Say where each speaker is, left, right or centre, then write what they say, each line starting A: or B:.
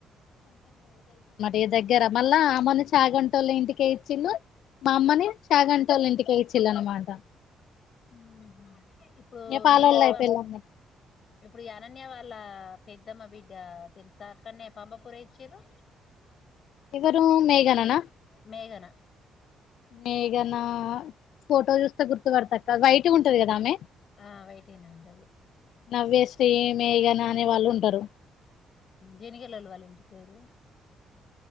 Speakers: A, on the left; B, on the left.
A: ఏ దగ్గర మల్ల అ మొన్న చాగంటోళ్ల ఇంటి కె ఇచ్చిల్లు మా అమ్మని చాగంటోళ్ల ఇంటికి ఇచ్చిల్లనమాట
B: మ్మ్ ఇప్పుడు
A: పాలోళ్ళు
B: మేఘన
A: అయిపోయిళండి
B: వాళ్లు ఇప్పుడు అనన్య వాళ్ల పెద్దమ్మ బిడ్డ తెలుసా అక్కనే పంపపూర ఇచ్చిరు
A: ఎవరు మేఘననా
B: మేఘన
A: మేగ్ ఘన ఫోటో చూస్తే గుర్తుపడతాక్క వైట్‌గా ఉంటది కదా ఆమె
B: ఆ వైట్‌గానే ఉంటది
A: నవ్య శ్రీ మేఘనా అనే వాళ్ళు ఉంటారు
B: జానిగిల్లోళ్లు వాళ్ల ఇంటి పేరు.